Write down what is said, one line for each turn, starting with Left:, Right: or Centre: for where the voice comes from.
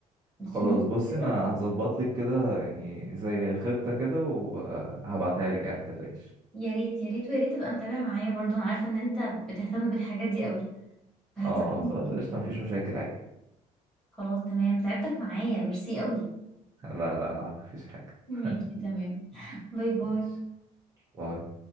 Right: خلاص
Centre: في نوت
Right: بص
Centre: كده
Right: انا هظبط لك كده يعني زي خطة كده وهبعتها لك يعني متقلقيش
Centre: يا ريت يا ريت ويا ريت تبقى متابع معايا برضو انا عارفه ان انت بتهتم بالحاجات دي قوي فهتساعدني
Right: اه آه، خلاص
Centre: كتير.
Right: قشطة مفيش مشاكل عادي
Centre: خلاص تمام تعبتك معايا ميرسي قوي
Right: لا لا لا مفيش حاجة
Centre: ماشي
Right: <laughs>
Centre: تمام باي باي
Right: ماشي باي